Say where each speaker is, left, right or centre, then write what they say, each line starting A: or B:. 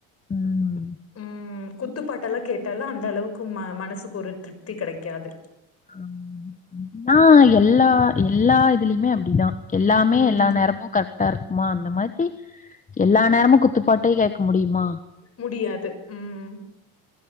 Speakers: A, on the left (about 20°); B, on the left (about 40°).
A: ம்.
B: ம் குத்துப்பாட்டு எல்லா கேட்டாலு அந்த அளவுக்கு ம மனசுக்கு ஒரு திருப்தி கெடைக்காது
A: ஆம் நா எல்லா எல்லா இதுலயுமே அப்டிதா எல்லாமே
B: ம்
A: எல்லா நேரமு கரெக்டா இருக்கு மா அந்த மாரி எல்லா நேரமு குத்துப்பாட்டே கேக்க முடியுமா
B: முடியாது ம்